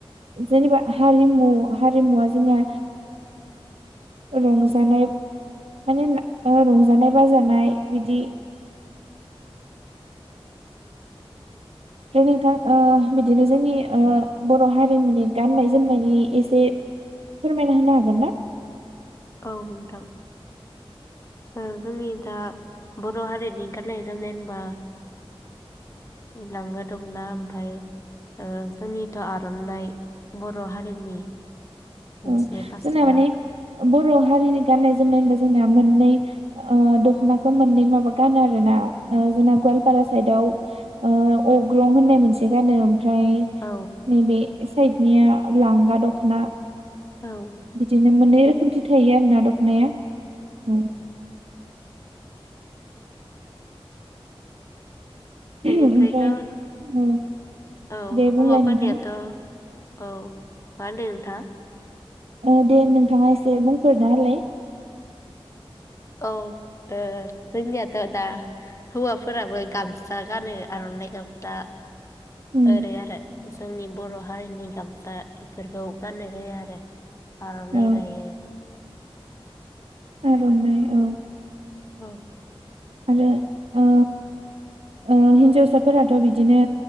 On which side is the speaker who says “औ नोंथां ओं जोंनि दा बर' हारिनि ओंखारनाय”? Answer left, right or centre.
Left